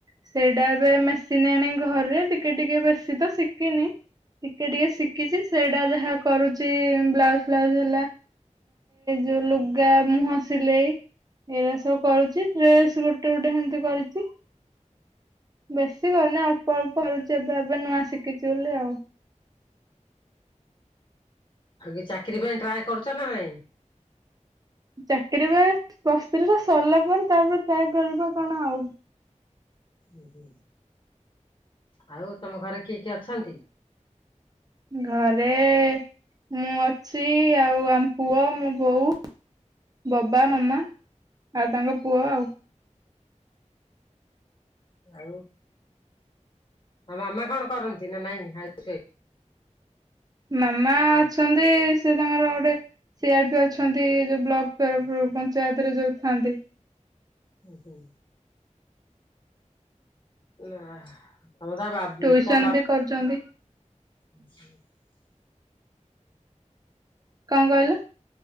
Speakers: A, on the right; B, on the left.
A: ସେଇଟା ଏବେ ମେସିନ୍ ଆଣି ଘରେ ଟିକେ ଟିକେ ବେଶୀ ତ ଶିଖିନି ଟିକେ ଟିକେ ଶିଖିଛି ସେଇଟା ଯାହା କରୁଛି। ବ୍ଲାଉଜ ଫ୍ଲାଉଜ ହେଲା ଯୋଉ ଲୁଗା ମୁହଁ ସିଲେଇ ଏଇଟା ସବୁ କରୁଛି ଡ୍ରେସ ଗୋଟେ ଗୋଟେ ସେମିତି କରିଛି। ବେଶୀ କରିନି ଅଳ୍ପ ଅଳ୍ପ ହେଲଛି <unintelligible> ଏବେ ଏବେ ନୂଆ ଶିଖିଛି ବୋଲି ଆଉ।
B: ଆଉ କି ଚାକିରି ପାଇଁ ଟ୍ରାଏ କରୁଛ ନା ନାଇଁ?
A: ଚାକିର ବା ବସ୍ତତିଟ ସରିଲା ପରେ ତାପରେ ଟ୍ରାଏ କରିବା କଣ ଆଉ।
B: ଓ ହୁ ଆଉ ତମ ଘରେ କିଏ କିଏ ଅଛନ୍ତି?
A: ଘରେ ମୁଁ ଅଛି ଆଉ ଆମ ପୁଅ ମୋ ବୋଉ, ବାବା ମାମା, ଆଉ ତାଙ୍କ ପୁଅ ଆଉ।
B: ଆଉ ଆଉ ମାମା କଣ କରନ୍ତି ନା ନାଇଁ?
A: ମାମା ଅଛନ୍ତି ସେ ତାଙ୍କର ଗୋଟେ ସିଆର ପି ଅଛନ୍ତି ଯୋଉ ବ୍ଲକ ତରଫରୁ ପଞ୍ଚାୟତରେ ଯୋଉ ଥାନ୍ତି।
B: ହ ହୁଁ ନା <inaudible>
A: ଟୁସନ
B: ତମ ବା
A: ବି କରୁଛନ୍ତି।
B: <inaudible>
A: କଣ କହିଲ?